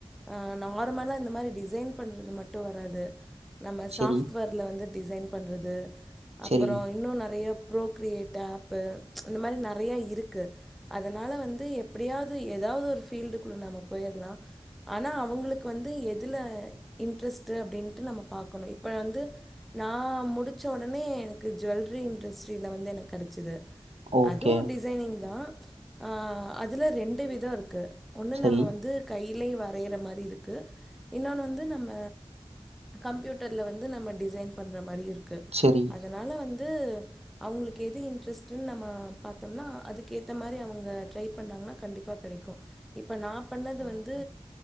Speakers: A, in the centre; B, on the right (about 80°).
A: அ நார்மலா இந்த மாரி டிசைன் பண்றது மட்டு வராது நம்ம
B: சரி,
A: சாஃப்ட்வேர்ல வந்து டிசைன் பண்றது அப்பறொ
B: சரி,
A: இன்னொ ந நறைய ப்ரோ கிரியேட் ஆப்பு இந்த மாரி நறைய இருக்கு அதனால வந்து எப்பிடியாவ்து எதாவது ஒரு ஃபீல்டுக்குள்ள நம்ம போயிட்லா ஆனா அவங்களுக்கு வந்து எதுல இன்ட்ரெஸ்ட்டு அப்டின்ட்டு நம்ம பார்க்கணும் இப்ப வந்து நா முடிச்ச உடனே எனக்கு ஜுவல் ரிஇன்டஸ்டிரி வந்து எனக்கு கிடைச்சது
B: ஓகே.
A: அதுவும் டிசைனிங் தான் ஆ அதில ரெண்டு விதம் இருக்கு ஒன்னு
B: சரி,
A: நம்ம வந்து கையிலேயே வரையற மாதிரி இருக்கு இன்னொன்னு வந்து நம்ம கம்ப்யூட்டர்ல வந்து நம்ம டிசைன் பண்ற மாரியு இருக்கு
B: சரி.
A: அதனால வந்து அவங்களுக்கு எது இன்ட்ரெஸ்ட் நம்ம பா்த்தோம்னா அதுக்கேத்த மாரி அவுங்க ட்ரை பண்ணாங்கன்னா கண்டிப்பா கிடைக்கும் இப்ப நா பண்ணது வந்து